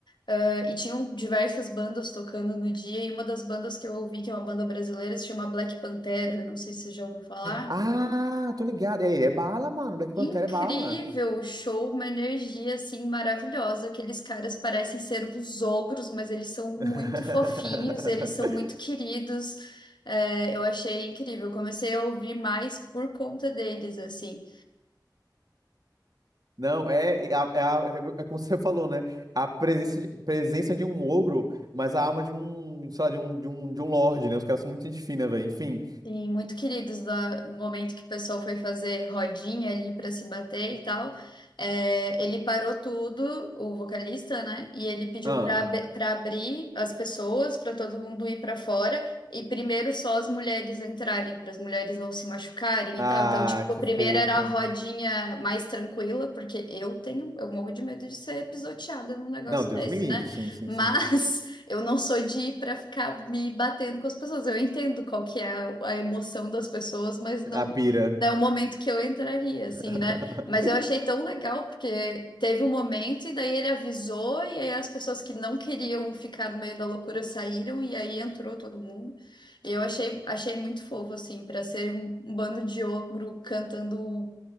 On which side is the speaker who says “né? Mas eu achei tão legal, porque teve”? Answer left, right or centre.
Left